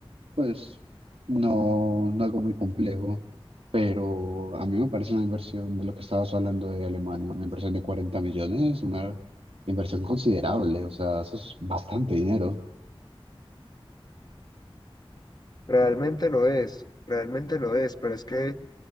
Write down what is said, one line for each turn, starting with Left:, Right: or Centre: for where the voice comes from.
Right: Pues no, no algo muy complejo, pero a mí me parece una inversión de lo que estabas hablando de Alemania, una inversión de 40 millones, una inversión considerable, o sea, eso es bastante dinero.
Left: Realmente lo es, realmente lo es, pero es que